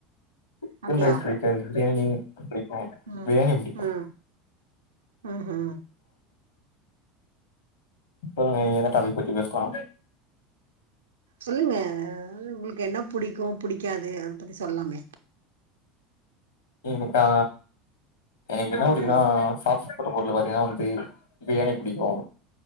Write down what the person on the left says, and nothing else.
சிக்கன்
ரைஸ் பிடிக்காது பிரியாணி பிடிக்கு
பிரியாணி பிடிக்கு
சொல்லுங்க நீங்க எத டாபிக் பத்தி பேசலா
எனக்கா எனக்கு என்ன புடிக்குனா
சாக்ஸ் கு பொருல பாத்தீங்கன்னா வந்து பிரியாணி பிடிக்கு